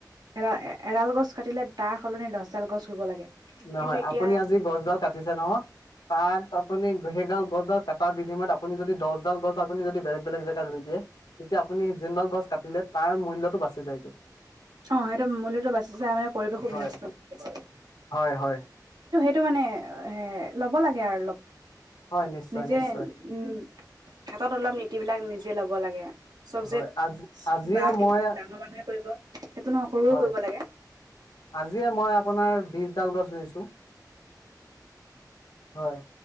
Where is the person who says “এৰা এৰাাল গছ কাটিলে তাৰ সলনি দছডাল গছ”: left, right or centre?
Right